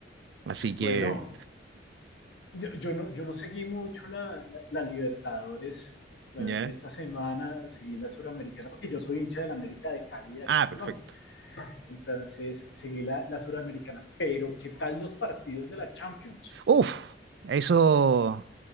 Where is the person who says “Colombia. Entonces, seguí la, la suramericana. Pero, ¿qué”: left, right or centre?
Left